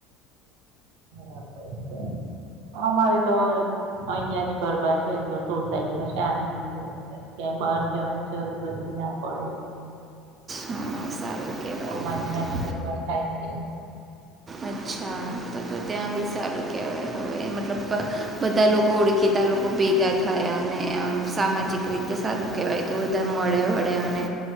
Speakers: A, on the right; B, on the right.
A: બરાબર છે. અમારે તો અહિયાં જ ગરબા છે, તો સોસાયટીમાં શાંતિ છે, ક્યાંય બહાર જવાની જરૂરત ના પડે
B: હા સારું કહેવાય
A: <unintelligible>
B: એ
A: નાની
B: તો
A: ગરબા થાય એ
B: અચ્છા, તો તો ત્યાં બી સારું કહેવાય, હવે મતલબ બધા લોકો ઓળખીતા લોક કો ભેગા થાય અને આમ સામાજિક રીતે સારું કહેવાય કે વધુ બધા મળે વળે અને